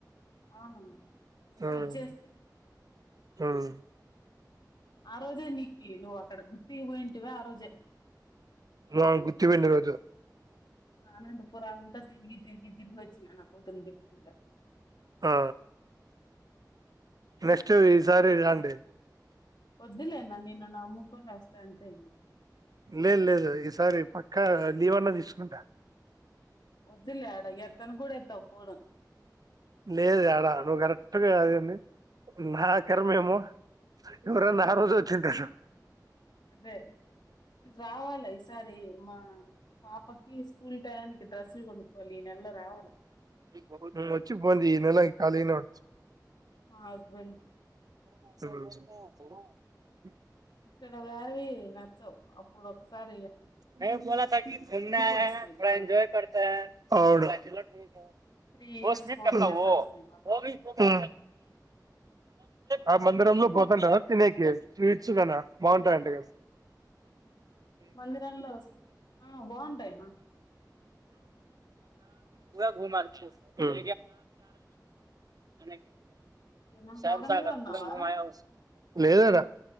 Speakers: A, on the left; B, on the right.
A: ఆ ఊరికే
B: <unintelligible>
A: వచ్చేస్తాయి
B: ఉం
A: ఆ రోజే నీకి నువ్వు అక్కడ గుత్తికి పోయింటివ ఆ రోజే
B: ఆ గుత్తి పోయిండే రోజు
A: ఆ అనంతపురం అంతా తిరిగి తిరిగి తిరిగి వచ్చింది నా కూతుర్ని తిప్పుకుంటా
B: ఆ నెక్స్ట్ ఈసారి రాండి
A: వద్దులేనా నిన్ను నమ్ముకొని వస్తే అంతే <inaudible>
B: లేదు లేదు ఈసారి పక్కా లీవన్నా తీసుకుంటా
A: ద్దులే అడ ఎత్తను కూడా ఎత్తవు ఫోను
B: లేదు యాడా నువ్ కరక్ అట్ట కాదండి నా కర్మేమో ఎవరైనా ఆ రోజే వచ్చింటారు
A: అదే ఇది రావాల ఈసారి మా పాపకి స్కూల్ టయానికి డ్రస్సులు కొనుక్కోవాలి ఈ నెలలో రావాలా
B: <inaudible> వచ్చి బోంది ఈ నెల ఖాళీ న ఆ
A: మా హస్బెండ్ కి
B: <unintelligible>
A: ఇక్కడ వ్యావి నచ్చవ్ అప్పుడొకసారి
B: అవును
A: వచ్చినాయి చానా
B: ఉమ్
A: త్రీ ఇయర్స్ ఫోర్ ఇయర్స్ వచ్చినాయి బాగా
B: ఆ మందిరంలో
A: అందుకు
B: పోతాంటావా తినేకి స్వీట్స్ గక బావుంటాయంట గదా
A: మందిరంలోస్ ఆ బావుంటాయ్ నా
B: మ <inaudible> ఉూమా చ మ అనకి
A: ఏనా
B: శ
A: హోగనే
B: <unintelligible> సాగ
A: ఉన్నావా
B: పుమాయా లేదనా